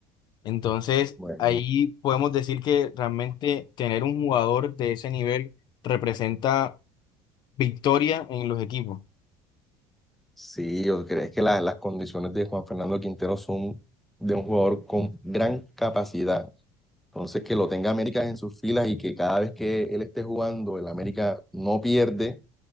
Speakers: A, on the left (about 40°); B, in the centre.
A: Entonces,
B: Bueno,
A: ahí podemos decir que realmente tener un jugador de ese nivel representa victoria en los equipos.
B: sí, yo creo que la- las condiciones de Juan Fernando Quintero son de un jugador con gran capacidad. Entonces, que lo tenga América en sus filas y que cada vez que él esté jugando, el América no pierde,